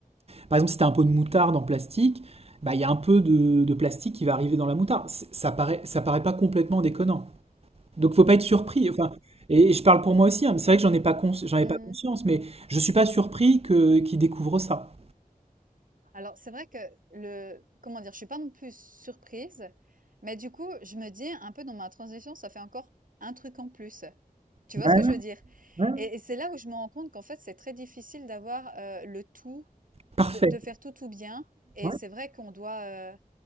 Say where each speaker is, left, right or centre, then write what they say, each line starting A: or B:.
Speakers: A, on the right; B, on the right.
A: Par exemple, si tu as un pot de moutarde en plastique, bah, il y a un peu de, de plastique qui va arriver dans la moutarde. C'est- Ça paraît, ça paraît pas complètement déconnant. Donc faut pas être surpris. Enfin,
B: Ouais.
A: et je parle pour moi aussi. hein, mais c'est vrai que j'en ai pas cons- j'en ai
B: Mmh.
A: pas conscience, mais je suis pas surpris que qu'ils découvrent ça.
B: Alors, c'est vrai que le comment dire? Je suis pas non plus surprise, mais du coup, je me dis un peu dans ma transition, ça fait encore un truc en plus. Tu
A: Ouais,
B: vois ce que
A: ouais,
B: je veux dire?
A: ouais.
B: Et et c'est là où je me rends compte qu'en fait, c'est très difficile d'avoir, heu, le tout,
A: Parfait.
B: de de faire tout, tout bien et
A: Ouais.
B: c'est vrai qu'on doit, euh,